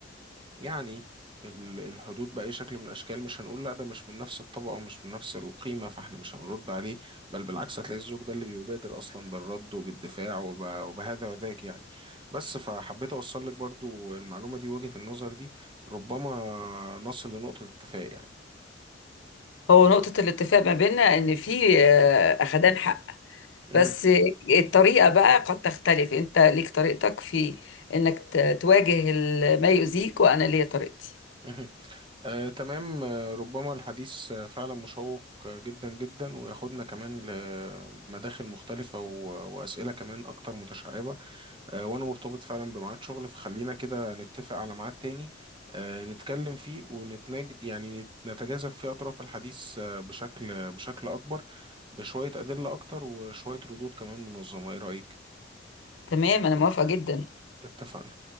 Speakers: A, on the right; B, on the left.
A: يعني ال- الحدود بأي شكل من الأشكال مش هنقول لا ده مش من نفس الطبقة ومش من نفس القيمة فاحنا مش هنرد عليه بل بالعكس هتلاقي الزوج ده اللي بيبادر أصلا بالرد وبالدفاع وب... وبهذا وذاك يعني بس فحبيت أوصل لك برضو المعلومة دي وجهة النظر دي ربما نصل لنقطة اتفاق يعني
B: هو نقطة الاتفاق ما بيننا ان في آه، اخدان حق
A: مهم.
B: بس الطريقة بقى قد تختلف انت ليك طريقتك في انك ت- تواجه ال- ما يؤذيك وانا ليا طريقتي
A: مهم. آه، تمام آه، ربما الحديث آه، فعلا مشوق آه، جدا جدا وياخدنا كمان لمداخل مختلفة و- وأسئلة كمان أكتر متشعبة آه، وانا مرتبط فعلا بميعاد شغل فخلينا كده نتفق على ميعاد تاني آه، نتكلم فيه ونتناج يعني نت- نتجاذب فيه اطراف الحديث آه، بشكل بشكل اكبر بشوية ادلة اكتر وشوية ردود كمان منظمة ايه رأيك
B: تمام انا موافقة جدا
A: اتفقنا